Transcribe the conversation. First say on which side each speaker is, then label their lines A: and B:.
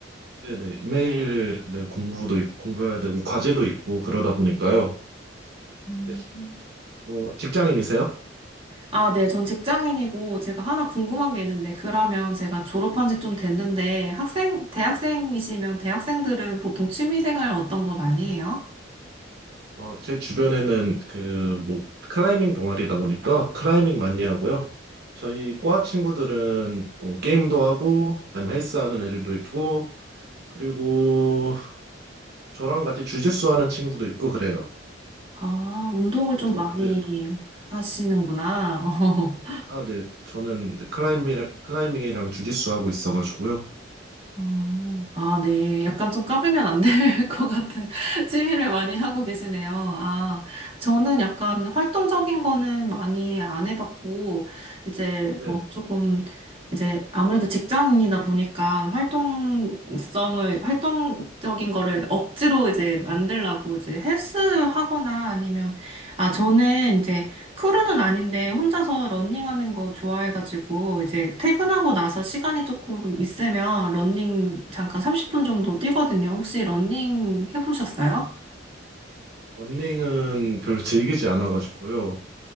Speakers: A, on the right (about 55°); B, on the right (about 30°).
A: 네, 네. 매일 네, 공부도 있- 공부해야 되고 과제도 있고 그러다 보니까요.
B: 음.
A: 네, 뭐 직장인이세요?
B: 아, 네. 전 직장인이고 제가 하나 궁금한 게 있는데, 그러면 제가 졸업한 지 좀 됐는데, 학생, 대학생이시면 대학생들은 보통 취미생활 어떤 거 많이 해요?
A: 어, 제 주변에는 그, 뭐, 클라이밍 동아리다 보니까 클라이밍 많이 하고요. 저희 과 친구들은 뭐 게임도 하고, 아니면 헬스 하는 애들도 있고, 그리고 저랑 같이 주짓수 하는 친구도 있고 그래요.
B: 아, 운동을
A: 보통,
B: 좀 많이
A: 근데,
B: 하시는구나. <laughs>
A: 아, 네. 저는 클라이밍, 클라이밍이랑 주짓수 하고 있어가지고요.
B: 어, 아, 네. 약간 좀 까불면 안 될 것 <laughs> 같은 취미를 많이 하고 계시네요. 아, 저는 약간 활동적인 거는 많이 안 해봤고, 이제
A: 네네.
B: 뭐 조금, 이제 아무래도 직장인이다 보니까 활동성을, 활동적인 거를 억지로 이제 만들려고 이제 헬스 하거나 아니면, 아, 저는 이제 크루는 아닌데 혼자서 러닝하는 거 좋아해가지고 이제 퇴근하고 나서 시간이 조금 있으면 러닝 잠깐 30분 정도 뛰거든요. 혹시 러닝 해보셨어요?
A: 러닝은 별로 즐기지 않아가지고요.